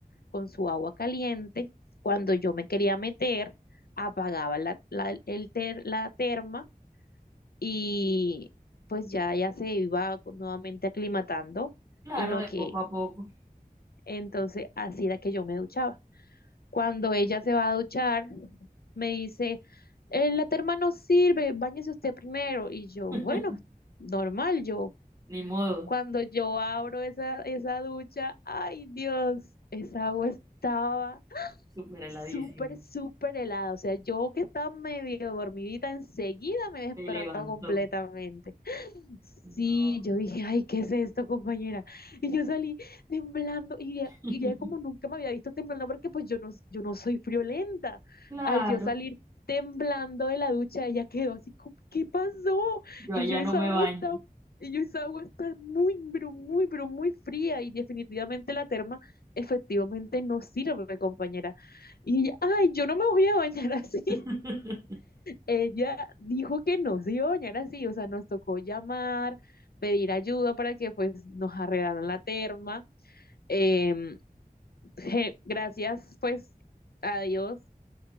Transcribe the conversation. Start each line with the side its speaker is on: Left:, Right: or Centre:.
Left: con su agua caliente. Cuando yo me quería meter, apagaba la, la- el ter- la terma y pues ya, ya se iba nuevamente aclimatando
Right: Claro,
Left: en lo
Right: de
Left: que
Right: poco a poco.
Left: entonces así era que yo me duchaba. Cuando ella se va a duchar, me dice, "Eh, la terma no sirve, báñese usted primero. Y yo,
Right: <laughs>
Left: bueno, normal, yo.
Right: Ni modo,
Left: Cuando yo abro esa, esa ducha, ay Dios, esa agua estaba
Right: súper heladísimo.
Left: súper, súper helada. O sea, yo que estaba medio dormidita, enseguida me despertó
Right: Se levantó.
Left: completamente. Sí,
Right: No.
Left: yo dije, ay, ¿qué es esto, compañera? Y yo salí temblando, y ya,
Right: <laughs>
Left: y ya como nunca me había visto temblando, porque pues yo no, yo no soy friolenta.
Right: Claro,
Left: Al yo salir temblando de la ducha, ella quedó así, como, ¿qué pasó?
Right: yo
Left: Y
Right: allá
Left: yo, esa
Right: no me
Left: agua
Right: baño.
Left: está, y yo, esa agua está muy, pero muy, pero muy fría, y definitivamente la terma efectivamente no sirve, compañera. Y ella, ay, yo no me voy a bañar así.
Right: <laughs>
Left: Ella dijo que no se iba a bañar así, o sea, nos tocó llamar, pedir ayuda para que pues nos arreglaran la terma. Em, je- gracias pues a Dios